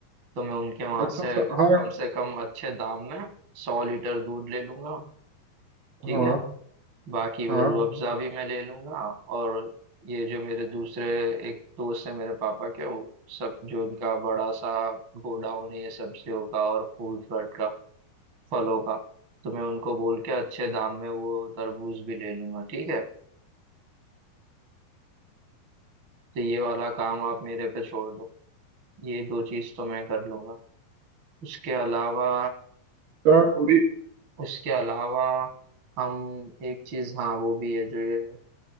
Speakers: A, on the right; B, on the right.
A: तो मैं उनके वहां
B: अच्छा
A: से
B: अच्छा हाँ
A: कम से कम अच्छे दाम में सौ लीटर दूध ले लूंगा ठीक
B: हाँ
A: है बाकी वो
B: हाँ
A: रूह अफ़ज़ा भी मैं ले लूंगा और ये जो मेरे दूसरे एक दोस्त है मेरे पापा के वो सब जो उनका बड़ा सा गोडाउन है ये सब्जियों का और फूल फ्रूट का फलों का तो मैं उनको बोल के अच्छे दाम में वो तरबूज भी ले लूंगा ठीक है तो ये वाला काम आप मेरे पे छोड़ दो ये दो चीज तो मैं कर लूंगा उसके अलावा
B: क्या थोड़ी
A: उसके अलावा हम एक चीज हाँ वो भी है जो ये